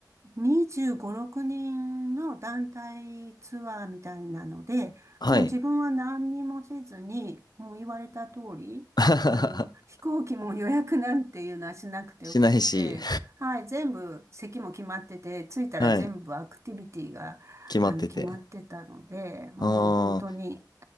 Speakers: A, on the right; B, on the left.
A: 25、6人の団体ツアーみたいなので、
B: はい。
A: もう自分は何にもせずに、もう言われた通り、
B: <laughs>
A: あの、飛行機も予約なんていうのはしなくてよくって、
B: しないし、
A: はい、全部席も決まってて、着いたら全部アクティビティが、
B: はい、決まってて。
A: あの、決まってたので、もう本当に、
B: あー、